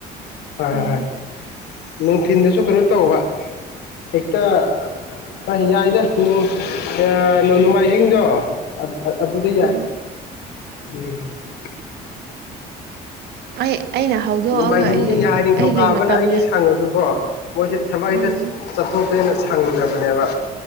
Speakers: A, on the left; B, on the right.
A: ꯍꯣꯏ ꯍꯣꯏ ꯍꯣꯏ
B: ꯎꯝ
A: ꯍꯣꯏ ꯅꯨꯡꯊꯤꯟꯗꯁꯨ ꯀꯩꯅꯣ ꯇꯧꯕ ꯍꯦꯛꯇ ꯍꯣꯏ ꯌꯥꯏꯗ ꯅ ꯑꯥ ꯅꯣꯡꯃꯥꯏꯖꯤꯡꯗꯣ ꯑꯥ ꯑꯗꯨꯗ ꯌꯥꯏ
B: <inaudible>
A: ꯎꯝ
B: ꯑꯩ ꯑꯩꯅ ꯍꯧꯗꯣꯛꯑꯒ
A: ꯅꯣꯡꯃꯥꯏꯖꯤꯡꯗꯤ
B: ꯑꯩ
A: ꯌꯥꯏ ꯅꯤꯡꯊꯧꯀꯥꯕꯅ
B: ꯑꯩꯒꯤ ꯃꯇꯝꯒꯤ
A: ꯑꯩꯅ ꯁꯪꯉꯁꯨꯀꯣ ꯃꯣꯏꯁꯦ ꯊꯕꯛ ꯍꯦꯛꯇ
B: ꯎꯝ
A: ꯆꯠꯊꯣꯛꯄꯅꯤꯅ ꯁꯪꯗꯕꯅꯦꯕ